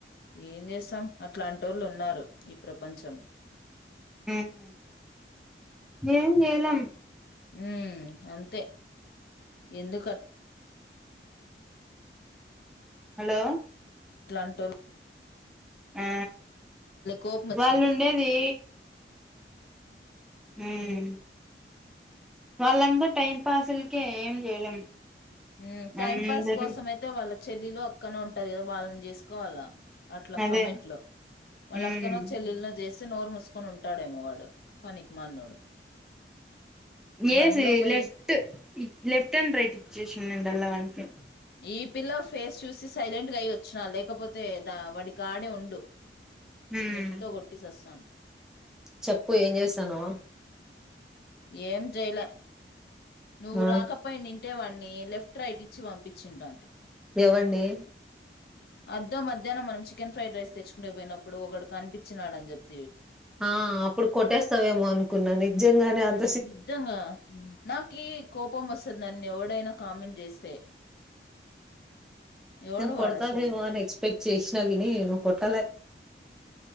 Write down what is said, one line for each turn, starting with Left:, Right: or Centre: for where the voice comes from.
Left: ఏం చేస్తాం అట్లాంటి వాళ్ళు ఉన్నారు ఈ ప్రపంచంలో
Centre: ఉమ్ ఏం చేయలేం
Left: ఉమ్ అంతే ఎందుక
Centre: హలో
Left: అట్లాంటోల్.
Centre: ఆ
Left: కోపమొచ్చింది.
Centre: వాళ్ళు ఉండేది ఉమ్.
Left: హ్మ్.
Centre: వాళ్ళంతా టైం పాస్లకే ఏం చేయలేం.
Left: ఉమ్, టైం
Centre: అందరూ
Left: పాస్ కోసం అయితే వాళ్ళ చెల్లిలో అక్కనో ఉన్. టాది కదా వాళ్ళని చేసుకోవాలా. అట్లా
Centre: అదే
Left: కమెంట్ లో, వాళ్ళు
Centre: ఉమ్
Left: అక్కనో చెల్లెల్నో జేస్. సి నోరు ముూసుకోని ఉంటాడేమో వాడు. పనికి మాలినోడు
Centre: ఏసి
Left: బండ్లో పోయి
Centre: లెఫ్ట్, లెఫ్ట్ అండ్ రైట్ ఇచ్చేసి. <unintelligible> వానికి.
Left: ఈ పిల్ల ఫేస్ చూసి సైలెంట్గా అయి ఓచ్చిన, లేకపోతే ద వాడికి ఆడే ఉండు.
Centre: ఉమ్
Left: మెట్టితో కొట్టి సస్సాన్టీ.
Centre: చెప్పు ఏం జేస్తాన్నావ్.
Left: ఏం చైలే. నువ్వు
Centre: ఆ
Left: రాకపోయి నిన్. అంటే వాడిని లెఫ్ట్, రైట్ ఇచ్చి పంపించిం ఉన్టాన్టి.
Centre: ఏవడ్ని.
Left: అద్దో మధ్యాహ్నం మనం చికెన్ ఫ్రైడ్ రైస్ తెచ్చుకుంటికీ పోయినప్పుడు, ఒకడు కనిపించినాడు అని చెప్.
Centre: ఆ అప్పుడు కొట్టేస్తావేమో అనుకున్నా నిజ్జాంగానే ఆన్.
Left: నిధంగా నిజ్జంగా నాకి కోపం వస్తాద్ నన్నే. ఎవడైనా కామెంట్ చేస్తే. ఎవడు
Centre: నేన్ కొడతాడదేమో
Left: వాడు అసలు
Centre: అని ఎక్స్పెక్ట్ చేసినా గిని, నువ్ కొట్టాలే.